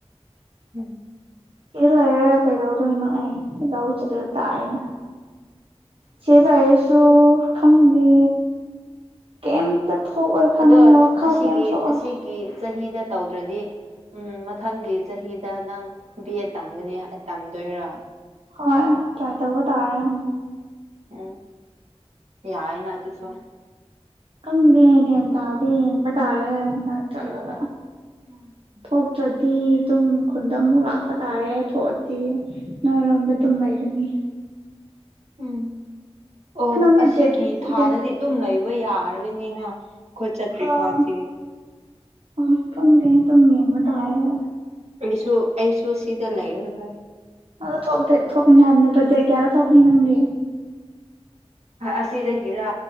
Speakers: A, on the right; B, on the right.
A: ꯎꯝ
B: ꯁꯤꯗ ꯂꯩꯔꯥ ꯀꯩꯗꯧꯗꯣꯏꯅꯣ ꯑꯩ ꯂꯧ ꯆꯠꯇꯔꯥ ꯇꯥꯏꯌꯦ ꯁꯤ ꯂꯩꯔꯁꯨ ꯈꯪꯗꯦ ꯀꯩꯝꯇ ꯊꯣꯛꯑꯣꯏ ꯈꯪꯉꯦ
A: ꯑꯗꯣ
B: ꯋꯥꯈꯜ
A: ꯑꯁꯤꯒꯤ
B: ꯀꯩꯝ ꯊꯣꯛꯑꯣꯏ
A: ꯑꯁꯤꯒꯤ ꯆꯍꯤꯗ ꯇꯧꯗ꯭ꯔꯗꯤ ꯎꯝ ꯃꯊꯪꯒꯤ ꯆꯍꯤꯗ ꯅꯪ ꯕꯤ ꯑꯦꯗ ꯇꯝꯒꯅꯤ ꯇꯝꯗꯣꯏꯔꯥ
B: ꯍꯣꯏ ꯇ꯭ꯔꯥꯏ ꯇꯧꯕ ꯇꯥꯔꯦ ꯍꯝ
A: ꯎꯝ ꯌꯥꯏꯅ ꯑꯗꯨꯁꯨ
B: ꯈꯪꯗꯦ ꯒꯌꯥꯟ ꯇꯥꯗꯦ ꯌꯦꯡꯕ ꯇꯥꯔꯦ ꯍꯟꯗꯛ ꯆꯠꯂꯒ
A: ꯋꯥꯠꯂꯤꯌꯦ <unintelligible>
B: ꯊꯣꯛꯇ꯭ꯔꯗꯤ ꯑꯗꯨꯝ ꯈꯨꯟꯗ ꯑꯃꯨꯛ ꯂꯥꯛꯄ ꯇꯥꯔꯦ ꯊꯣꯛꯑꯗꯤ ꯅꯣꯏꯔꯣꯝꯗ ꯗꯨꯝ ꯂꯩꯔꯅꯤ
A: ꯎꯝ ꯑꯣ
B: ꯅꯪꯒꯤ
A: ꯑꯁꯤꯒꯤ
B: ꯗꯦꯠ
A: ꯊꯥꯗꯗꯤ
B: ꯗꯦꯠ
A: ꯑꯗꯨꯝ ꯂꯩꯕ ꯌꯥꯔꯅꯤꯅ ꯈꯣꯏ ꯆꯠꯇ꯭ꯔꯤ
B: ꯑꯥ
A: ꯐꯥꯎꯗꯤ
B: ꯎꯝ ꯈꯪꯗꯦ ꯑꯗꯨꯝ ꯌꯦꯡꯕ ꯇꯥꯔꯦ ꯍꯣꯏ
A: ꯑꯩꯁꯨ ꯑꯩꯁꯨ ꯁꯤꯗ ꯂꯩꯔꯔꯣꯏ
B: ꯑꯗꯣ ꯊꯣꯛꯇꯤ ꯊꯣꯛꯀꯅꯤ ꯍꯥꯏꯕ ꯅꯠꯇꯔꯥ ꯗꯦꯠ ꯀꯌꯥꯗ ꯊꯣꯛꯒꯅꯤ ꯅꯪꯗꯤ
A: ꯑꯁꯤꯗꯒꯤꯔꯥ